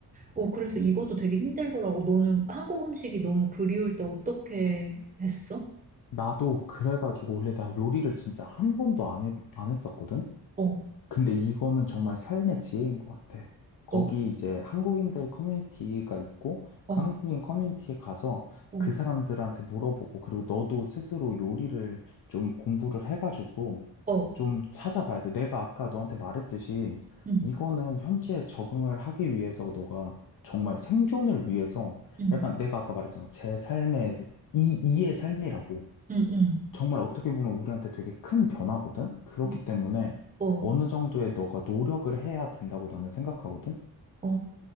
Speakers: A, on the right (about 20°); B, on the left (about 60°).
A: 어, 그래서 이것도 되게 힘들더라고. 너는 한국 음식이 너무 그리울 때 어떻게 했어?
B: 나도 그래가지고 원래 나 요리를 진짜 한 번도 안 했, 안 했었거든?
A: 어,
B: 근데 이거는 정말 삶의 지혜인 것 같아. 거기
A: 어,
B: 이제 한국인들 커뮤니티가 있고,
A: 어,
B: 그 한국인 커뮤니티에 가서
A: 어,
B: 그 사람들한테 물어보고, 그리고 너도 스스로 요리를 좀 공부를 해가지고
A: 어,
B: 좀 찾아봐야 돼. 내가 아까 너한테 말했듯이
A: 응,
B: 이거는 현지에 적응을 하기 위해서 너가 정말 생존을 위해서
A: 응,
B: 약간 내가 아까 말했잖아. 제 삶의, 이, 이의 삶이라고.
A: 응,
B: 정말 어떻게 보면 우리한테 되게 큰 변화거든? 그렇기
A: 응,
B: 때문에
A: 어,
B: 어느 정도의 너가 노력을 해야 된다고 나는 생각하거든?
A: 어,